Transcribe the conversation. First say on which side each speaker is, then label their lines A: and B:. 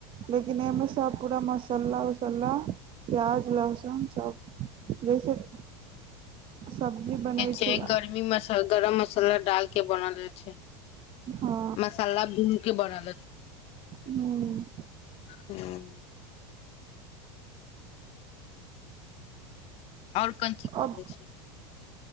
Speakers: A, on the right; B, on the left.
A: लेकिन ए मे सब पुरा मसल्ला उसल्ला, प्याज, लहसुन सब जैसे सब्जी बनै
B: के
A: छै
B: गर्मी मस, गरम मसल्ला डाल के बनालै छै,
A: हँ
B: मसल्ला भून के बनाले
A: ह्म्म।
B: हूँ और कन चीज खएलै
A: अब
B: छी।